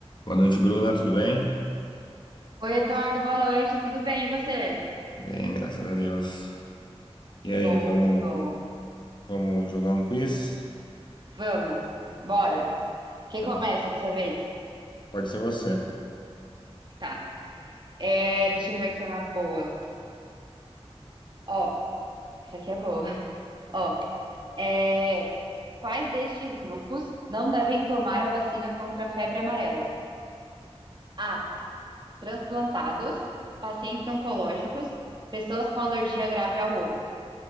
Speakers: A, on the left; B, on the right.
A: Boa noite, Bruna. Tudo bem?
B: Oi, Eduardo, boa noite, tudo bem? E você?
A: Bem, graças a Deus.
B: Que
A: E aí,
B: bom,
A: vamos,
B: que bom.
A: vamos jogar um quiz?
B: Vamos, bora. Quem
A: Tá.
B: começa dessa vez?
A: Pode ser você.
B: Tá. É, deixa eu ver aqui uma boa. Ó, essa aqui é boa. <laughs> Ó, é, quais destes grupos não devem tomar a vacina contra a febre amarela? A. Transplantados, pacientes oncológicos, pessoas com alergia grave ao ovo.